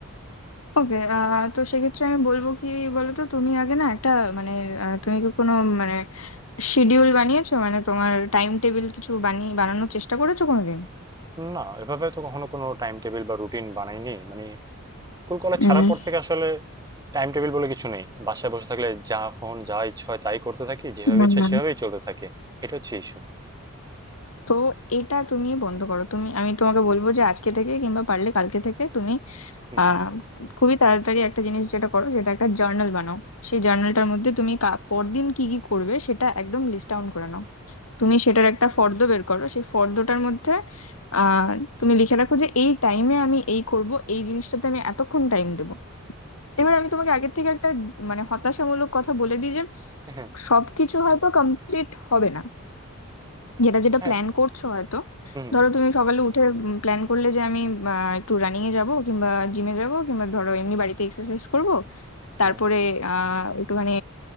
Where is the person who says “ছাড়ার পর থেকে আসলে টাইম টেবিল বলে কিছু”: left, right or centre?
Right